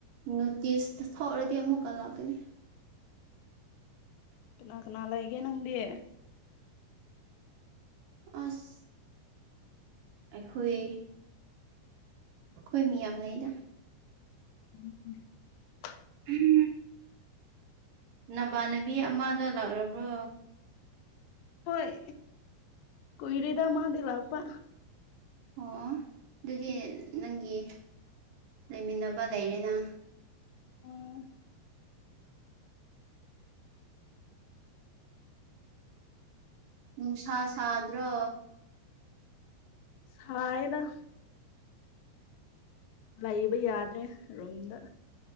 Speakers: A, on the right (about 75°); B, on the left (about 80°).
A: ꯅꯣꯇꯤꯁꯇ ꯊꯣꯛꯔꯗꯤ ꯑꯃꯨꯛꯀ ꯂꯥꯛꯀꯅꯤ꯫
B: ꯀꯅꯥ-ꯀꯅꯥ ꯂꯩꯒꯦ ꯅꯪꯗꯤ?
A: ꯑꯁ ꯑꯩꯈꯣꯏ ꯑꯩꯈꯣꯏ ꯃꯤ ꯌꯥꯝ ꯂꯩꯗ꫰
B: <unintelligible>
A: <unintelligible> ꯅꯕꯥꯅꯕꯤ ꯑꯃꯗꯣ ꯂꯥꯛꯔꯕ꯭ꯔꯣ?
B: ꯍꯣꯏ ꯀꯨꯏꯔꯦꯗ ꯃꯥꯗꯤ ꯂꯥꯛꯄ꯫
A: ꯑꯣ ꯑꯗꯨꯗꯤ ꯅꯪꯒꯤ ꯂꯩꯃꯤꯟꯅꯕ ꯂꯩꯔꯦꯅ꯫
B: ꯎꯝ
A: ꯅꯨꯡꯁꯥ ꯁꯥꯗ꯭ꯔꯣ?
B: ꯁꯥꯏꯗ ꯂꯩꯕ ꯌꯥꯗ꯭ꯔꯦ ꯔꯨꯝꯗ꯫